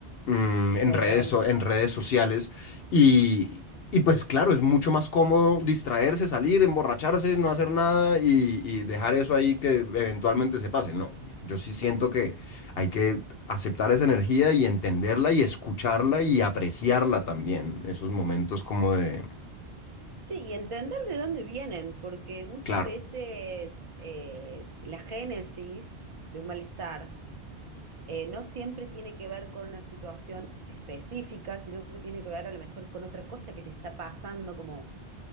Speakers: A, on the left; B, on the right.
A: mm, en
B: Total.
A: redes, so- en redes sociales. Y, y pues claro, es mucho más cómodo distraerse, salir, emborracharse, no hacer nada y, y dejar eso ahí que eventualmente se pase. No, yo sí siento que hay que aceptar esa energía y entenderla y escucharla y apreciarla también. Esos momentos como de,
B: Sí, y entender de dónde vienen, porque muchas
A: claro.
B: veces eh, la génesis de un malestar eh, no siempre tiene que ver con una situación específica, sino que tiene que ver a lo mejor con otra cosa que te está pasando, como